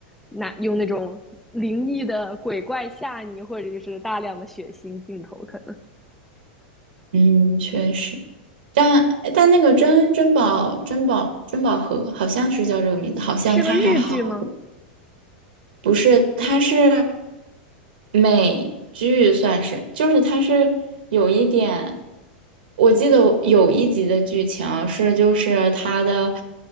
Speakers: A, in the centre; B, on the right.
A: 那用那种灵异的鬼怪吓你，或者就是大量的血腥镜头，可能
B: 嗯，确实，但但那个珍珍宝珍宝珍宝盒好像是叫这个名字，好像它还好，
A: 是个日剧吗？
B: 不是，它是美剧，算是，就是它是有一点，我记得我有一集的剧情是，就是他的，